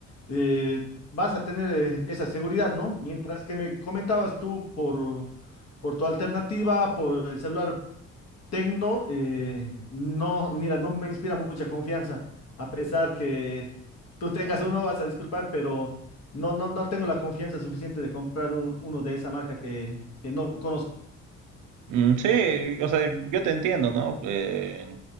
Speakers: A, on the left (about 60°); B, on the right (about 80°).
A: eh, vas a tener eh, esa seguridad, ¿no? Mientras que me comentabas tú por, por tu alternativa, por el celular Tecno, eh, no, mira, no me inspira mucha confianza, a pesar que tú tengas uno, vas a disculpar, pero no, no, no tengo la confianza suficiente de comprar un- uno de esa marca que, que no conozco.
B: Mm, Sí, o sea, yo te entiendo, ¿no? Eh,